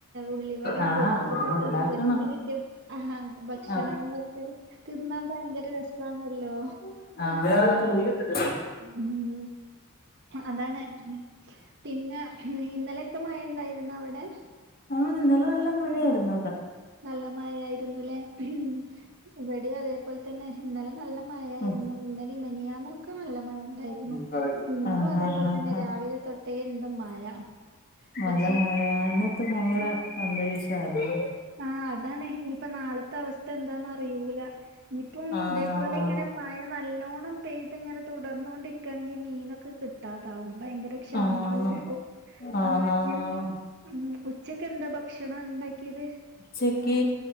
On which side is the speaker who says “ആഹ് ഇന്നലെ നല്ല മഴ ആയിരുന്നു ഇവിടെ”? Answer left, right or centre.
Left